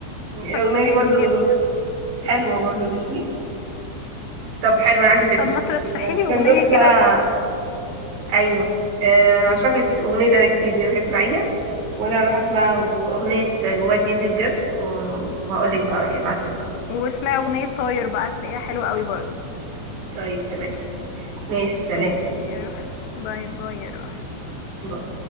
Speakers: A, on the right; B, on the left.
A: <laughs>
B: عارفه
A: الاغنيه
B: الاغنيه
A: دي برضو
B: دي جدا
A: حلوه برضو لشيرين طب حلو انا عندي فكره
B: طب ما ترشحي
A: آه،
B: لي
A: احنا
B: اغنيه
A: نروح بقى
B: كده
A: ايوه آه، اشرح لك اغنيه انا كتير دي روح اسمعيها وانا اروح اسمع اغنيه جوايا اتنين دي بجد و- وهقول لك بقى رايي ابعت لك رايي
B: واسمعي اغنيه طاير بقى هتلاقيها حلوه قوي برضه
A: طيب تمام ماشي سلام
B: ماشي يا روح باي باي يا روح
A: باي.